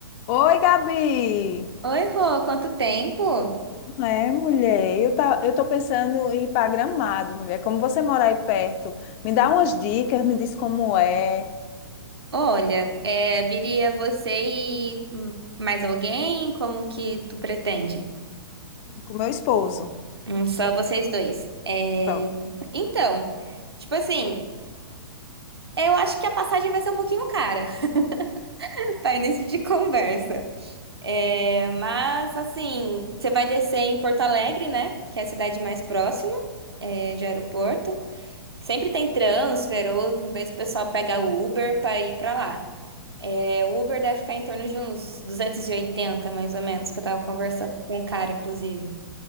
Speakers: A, on the left; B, on the right.
A: Oi, Gabi!
B: Oi, Rô, quanto tempo?
A: Não É, mulher, eu, tá, eu tô pensando em ir para Gramado, mulher. Como você mora aí perto, me dá umas dicas, me diz como é,
B: Olha, é, viria você e hum, mais alguém? Como que tu pretende?
A: com meu esposo.
B: Hum, só vocês dois. É,
A: Então.
B: então, tipo assim, eu acho que a passagem vai ser um pouquinho cara <laughs> para início de conversa. É, mas, assim, você vai descer em Porto Alegre, né? Que é a cidade mais próxima, é, de aeroporto. Sempre tem transfer, ou mesmo o pessoal pega Uber para ir para lá. É, o Uber deve ficar em torno de uns 280 mais ou menos, que eu tava conversando com o cara, inclusive.